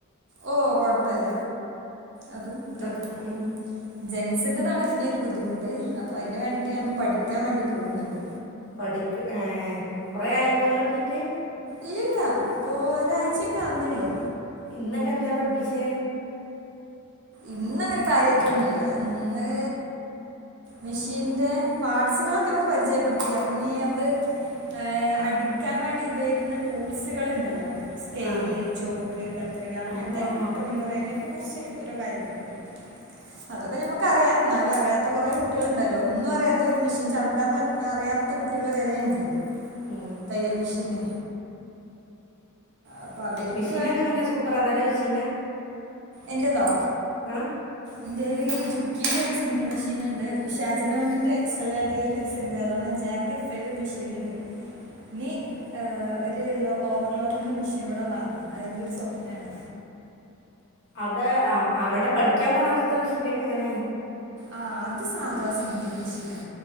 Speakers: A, on the right; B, on the left.
A: ഓ കൊഴപ്പില്ല. അതും തയ്ക്കും
B: നോ ഉം.
A: ജൻ സിന്റതാണ് പിന്നൊരു ബുദ്ധിമുട്ട്. അപ്പോൾ അയ്ന് വേണ്ടീട്ട് ഞാൻ ഇപ്പ പഠിക്ക- ക്കാൻ വേണ്ടി പോകുന്നുണ്ട്.
B: പഠിക്ക് ഏഹ് കൊറെ ആയ പോവലൊടങ്ങീട്ട്?
A: ഇല്ലല്ല ഇപ്പൊ ഒരാഴ്ചക്കെ ആവുന്നേള്ളു.
B: ഇന്നൊക്കെ എന്താ പഠിപ്പിച്ചേ?
A: ഇന്ന് അങ്ങനെ കാര്യമായിട്ടൊന്നുമില്ല ഇന്ന് മെഷീനിന്റെ പാർട്സുകളൊക്കെ നമുക്ക് പരിചയപ്പെടുത്തി അപ്പൊ ഇനീ ഞമ്മള് ആ അടിക്കാൻ വേണ്ടി ഉപയോഗിക്കുന്ന ടൂൾസുകൾ ഉണ്ടല്ലോ സ്കെയില്
B: ആ
A: ചോക്ക് കത്രിക അങ്ങനത്തെ
B: ആ ആ ആ
A: ട്രിമ്മറിനെ കുറച്ച് ഓരോ കാര്യങ്ങൾ പറഞ്ഞ് അതൊക്കെ ഞമ്മക്കറിയാം എന്നാലും അറിയത്ത കുറെ കുട്ടികൾ ഉണ്ടല്ലോ ഒന്നും അറിയാത്തവര് മെഷീൻ ചവിട്ടാൻ പറ്റ് അറിയാത്ത കുട്ടികള് വരെയ്ണ്ട്
B: ഉം,
A: തയ്യൽ മെഷീന് അപ്പം അവർക്ക്
B: മെഷീന് എങ്ങനെ സൂപ്പറാ നല്ല മെഷീനാ
A: എന്റെതോ
B: ആ
A: എൻ്റെല് ജുക്കീടെ ഒരു സിംഗിൾ മെഷീനുണ്ട് ഉഷാജനോമിന്റെ X L R D L X ഉണ്ട് അതുപോലെ ജാക്ക് എഫ് ഫൈവ് മെഷീൻ ഉണ്ട് ഇനി ഒരു എല്ലോ ഓവർലോക്കിന്റെ മെഷീനൂടെ വാങ്ങണം അത് എൻ്റൊരു സ്വപ്നാണ്
B: അതെ ആ അവിടെ പഠിക്കാൻ പോണെടത്ത് മെഷീനൊക്കെ എങ്ങനെ
A: ആഹ അത് സാധാ സിംഗിൾ മെഷീനാ